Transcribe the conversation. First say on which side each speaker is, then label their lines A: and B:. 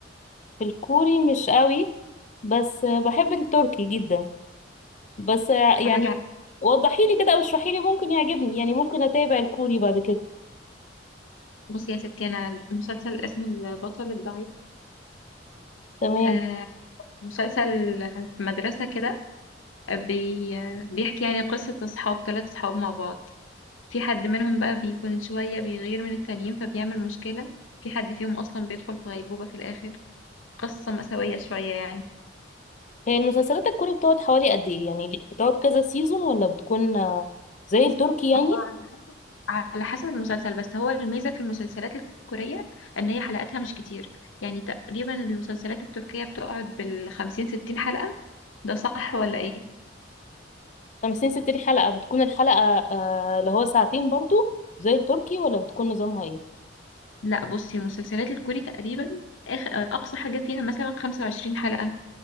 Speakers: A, on the left; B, on the left.
A: في الكوري مش قوي بس بحب التركي جدا بس
B: اتفرجي
A: يعني
B: على
A: وضحيلي كده او اشرحيلي ممكن يعجبني يعني ممكن اتابع الكوري بعد كده
B: بصي يا ستي انا المسلسل اسم البطل الضعيف
A: تمام
B: آه مسلسل في مدرسه كده بي بيحكي يعني قصه اصحاب ثلاث اصحاب مع بعض في حد منهم بقى بيكون شويه بيغير من التانيين فبيعمل مشكله في حد فيهم اصلا بيدخل في غيبوبه في الاخر قصه مأساويه شويه يعني
A: هي المسلسلات الكوري بتقعد حوالي قد ايه؟ يعني بتقعد كذا سيزون ولا بتكون آه، زي التركي يعني؟
B: آه، على حسب المسلسل بس هو الميزة في المسلسلات الكورية ان هي حلقاتها مش كتير يعني تقريبا المسلسلات التركية بتقعد بالخمسين ستين حلقة ده صح ولا ايه؟
A: 50 60 حلقة بتكون الحلقة آه، اللي هو ساعتين برضو زي التركي ولا بتكون نظامها ايه؟
B: لا بصي المسلسلات الكوري تقريبا آخ... اقصى حاجة فيها مثلا خمسة وعشرين حلقة